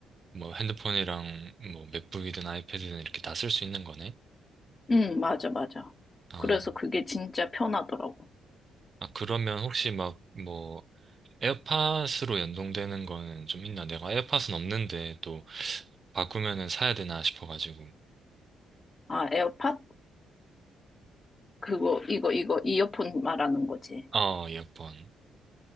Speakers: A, on the right; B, on the left.
A: 뭐 핸드폰이랑 뭐 맥북이든 아이패드든 이렇게 다 쓸 수 있는 거네?
B: 음, 맞아, 맞아.
A: 아,
B: 그래서 그게 진짜 편하더라고.
A: 아, 그러면 혹시 막 뭐 에어팟으로 연동되는 거는 좀 있나? 내가 에어팟은 없는데 또 바꾸면은 사야 되나 싶어가지고.
B: 아, 에어팟? 그거, 이거, 이거, 이어폰 말하는 거지.
A: 어, 이어폰.